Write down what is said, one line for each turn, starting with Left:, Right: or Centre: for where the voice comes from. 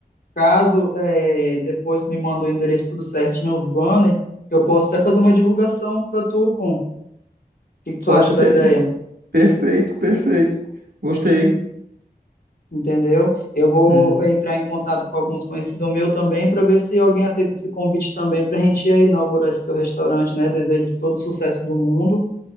Left: Caso é, depois tu me manda o endereço tudo certinho, os banners, eu posso até fazer uma divulgação para tu, pô. O que que tu
Right: Pode
Left: acha
Right: ser.
Left: da ideia?
Right: Perfeito, perfeito. Gostei.
Left: Entendeu? Eu vou
Right: Hum.
Left: entrar em contato com alguns conhecidos meus também para ver se alguém aceita esse convite também para a gente ir inaugurar esse teu restaurante, né? Desejo todo o sucesso do mundo,